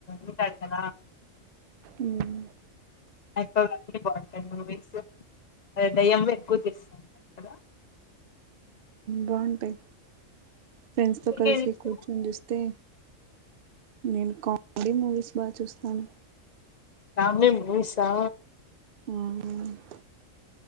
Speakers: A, on the left; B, on the right.
A: ఉంటాడు కదా
B: ఉమ్
A: ఐప అన్ని బావుంటాయి మూవీస్ దయ్యం ఎక్కువ తీస్తుంట కదా
B: బావుంటాయి ఫ్రెండ్స్తో
A: మీకేది
B: కలిసి
A: ఇష్టము
B: కు నేను చూస్తే నేను కామెడీ మూవీస్ బాగా చూస్తాను
A: కామెడీ మూవీసా
B: హ్మ్